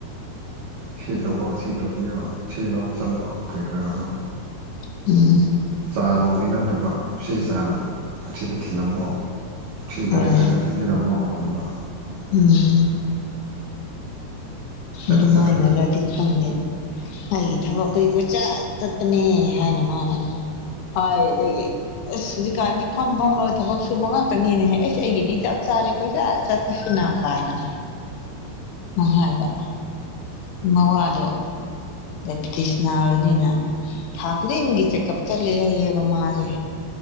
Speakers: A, on the right; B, on the left.
A: ꯁꯤ ꯇꯧꯑꯣ ꯁꯤ ꯇꯧꯕꯤꯌꯣ ꯁꯤ ꯂꯥꯎ ꯆꯠꯂꯣ ꯀꯔꯤ ꯀꯔꯥꯗꯣ
B: ꯎꯝ
A: ꯆꯥ ꯅꯨꯡꯗꯤ ꯅꯠꯇꯕ ꯁꯤ ꯆꯥꯡ ꯁꯤꯗ ꯊꯤꯜꯂꯝꯃꯣ ꯁꯤ
B: ꯍꯣꯏ
A: ꯗꯥꯏꯔꯦꯛꯇꯔꯗ ꯄꯤꯔꯝꯃꯣ ꯒꯨꯝꯕ
B: ꯎꯝ
A: ꯆꯠꯇꯤ
B: ꯑꯗꯨꯃꯥꯏꯅꯔꯗꯤ
A: ꯆꯠꯈ꯭ꯔꯅꯦꯕ
B: ꯈꯪꯗꯦ ꯑꯩꯒꯤ ꯊꯕꯛ ꯀꯩ ꯀꯣꯏꯆꯠ ꯆꯠꯄꯅꯦ ꯍꯥꯏꯅ ꯃꯥꯅ ꯍꯥꯏ ꯑꯗꯨꯒꯤ ꯑꯁ ꯍꯧꯖꯤꯛꯀꯥꯟꯗꯤ ꯐꯝ ꯐꯝꯃꯕ ꯊꯕꯛ ꯁꯨꯕ ꯉꯥꯛꯇꯅꯦꯅꯦꯍ ꯑꯩꯁ ꯑꯩꯒꯤꯗꯤ ꯆꯞ ꯆꯥꯔꯦꯀꯣ ꯑꯩꯁꯤꯅꯄꯥꯏꯅ <unintelligible> ꯃꯋꯥꯗꯣ ꯗꯥꯏꯄꯤꯇꯤꯁ ꯅꯥꯔꯕꯅꯤꯅ ꯊꯥ ꯈꯨꯗꯤꯡꯒꯤ ꯆꯦꯛꯀꯞ ꯆꯠꯂꯦ ꯍꯥꯏꯌꯦꯕ ꯃꯥꯁꯦ